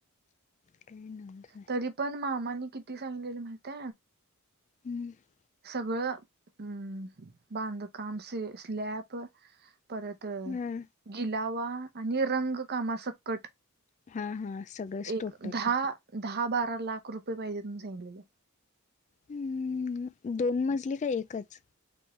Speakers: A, on the left; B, on the right.
A: ट्रन
B: तरी पण मामाांनी किती सांगलेले माहिती
A: हम्म
B: सगळं बांधकाम स्लॅब परत तर
A: हा
B: गिलावा आणि रंगकामा सकट
A: हा हा सगळंच
B: एक
A: टोटल
B: दहा दहा बारा लाख रुपये पाहिजे तुम्ही सांगलेले
A: हम्म दोन मजली का एकच